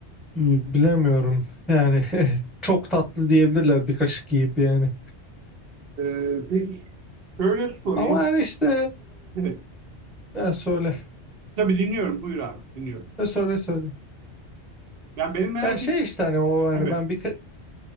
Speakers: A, in the centre; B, on the right.
A: bilemiyorum. Yani <laughs> çok tatlı diyebilirler bir kaşık yiyip yani.
B: Ee, peki şöyle sorayım.
A: Ama yani işte
B: Evet.
A: e, ya söyle.
B: Tabii dinliyorum. Buyur abi. Dinliyorum.
A: Ya söyle söyle.
B: Yani benim merak
A: Ya şey
B: et.
A: işte hani o hani
B: Evet.
A: ben bir